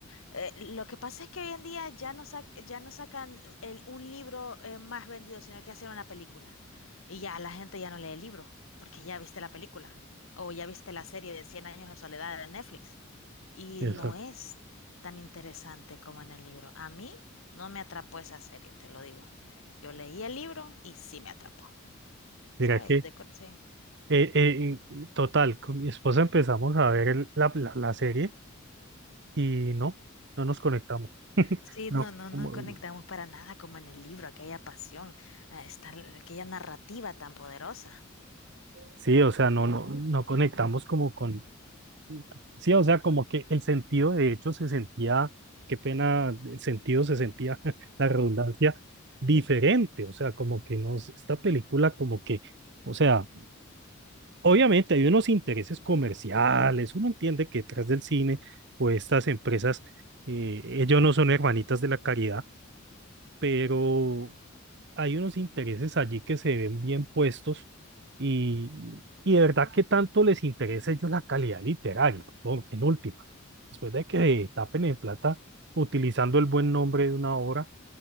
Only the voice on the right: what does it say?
eso.
Mira
que,
eh, eh, y- total, con mi esposa empezamos a ver el- la, la- la serie y no, no nos conectamos.
No,
como-
sí, o sea, no, no, no conectamos como con, sí, o sea, como que el sentido de hecho se sentía, qué pena, el sentido se sentía, <laughs> la redundancia, diferente, o sea, como que no, esta película como que, o sea, Obviamente hay unos intereses comerciales, uno entiende que detrás del cine o estas empresas, eh, ellos no son hermanitas de la caridad, pero hay unos intereses allí que se ven bien puestos y, y de verdad que tanto les interesa a ellos la calidad literaria, ¿no? En últimas, después de que tapen en plata utilizando el buen nombre de una obra